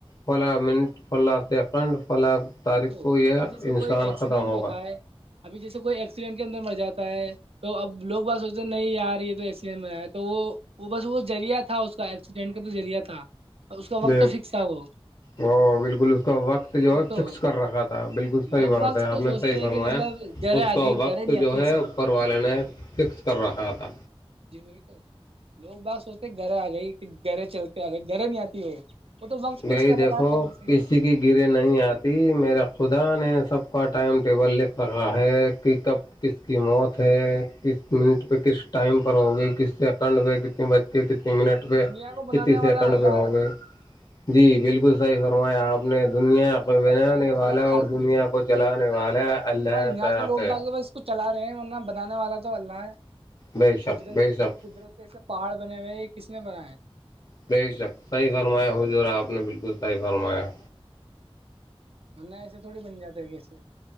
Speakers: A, on the left; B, on the right.
A: پلا منٹ فلا سیکنڈ پلا تاریخ
B: وہی تو
A: کو یہ
B: ابھی جیسے
A: انسان
B: کوئی ایکسیڈنٹ
A: ختم ہوگا
B: ہوتا ہے ابھی جیسے کوئی ایکسیڈنٹ کے اندر مر جاتا ہے تو اب لوگ بات سوچتے ہیں نہیں یار یہ تو ایکسیڈینٹ میں رہیا ہے تو وہ وہ بس وہ ذریعہ تھا اس کا ایکسیڈینٹ کا تو ذریعہ تھا اس کا وقت
A: د
B: تو فکس تھا وہ
A: وہ بالکل اس کا وقت جو
B: وہی
A: ہے
B: تو
A: فکس کر رکھا تھا بالکل صحیح
B: لوگ
A: بات
B: باغ
A: ہے
B: تو
A: آپ نے
B: سوچتے
A: صحیح
B: ہیں
A: فرمایا
B: کہ مطلب گرے
A: اس
B: آ
A: کا
B: گئی
A: وقت
B: گرے نہیں آتی
A: جو
B: ایسے
A: ہے
B: تو
A: اوپر والے نے فکس کر رکھا تھا
B: جی وہی تو لوگ باغ سوچتے گھر آ گئی کہ گھر چلتے آ گئے گھر نہیں آتی وہ وہ تو وقت فکس
A: گئی
B: کر
A: دیکھو
B: رکھا ہے پہلے سے
A: کسی کی گرے نہیں آتے میرا خدا نے سب کا ٹائم ٹیبل لکھ را ہے کہ کب کس کی موت ہے کس منٹ پہ کس ٹائم پر ہوگی کس سیکنڈ میں کتنی بجتی کتنے منٹ پہ
B: دنیا کو
A: کتنی
B: بنانے
A: سیکنڈ
B: والا اللہ
A: پہ ہو
B: ہے
A: گئے جی بالکل صحیح فرمایا آپ اپنے دنیا کو
B: والا
A: بنانے
B: اللہ ہے
A: والا
B: اللہ کا
A: اور
B: آدمی
A: دنیا کو چلانے والا اللہ
B: یہاں یہاں
A: فرقہ
B: کے لوگ باغ اس کو چلا رہے ہیں ورنہ بنانے والا تو اللہ ہے
A: بے شک
B: قدرت
A: بے شک
B: جو قدرت ہے سا <inaudible> پہاڑ بنے ہوئے یہ کس نے بنا ہے
A: بے شک صحیح فرمایا ہو ج رہا آپ نے بالکل صحیح فرمایا
B: نہ ایسے تھوڑی بن جاتے ہیں کیسے